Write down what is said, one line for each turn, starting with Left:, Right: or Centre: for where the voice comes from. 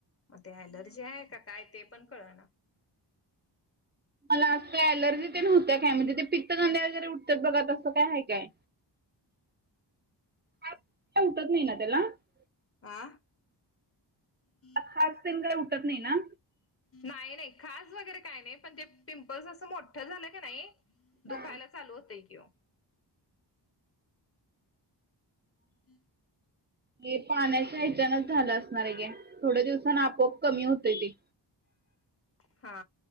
Left: मग ते अलर्जी हाय, का काय ते पण कळना.
Right: मला असं काय अलर्जी ते नवत्या काय, म्हणजे ते पित्तगांद्या वगैरे उठत्यात बघा तसं काय हाय काय?
Left: <inaudible>
Right: का का उठत नाही ना त्याला <unintelligible>
Left: आं <unintelligible> हम् <inaudible>
Right: खाज तेन काय उठत नाही ना?
Left: नाही, नाही, खाज वगैरे काय नाही, पण ते पिंपल्स असं मोठं झालं की नाही- दुखायला
Right: हा
Left: चालू होतय कि ओ. हम् <inaudible>
Right: हे पाण्याच्या ह्याच्यानच झालं असणार आहे घे. थोड्या दिवसांनी आपोआप कमी होतं ते.
Left: <inaudible> हा.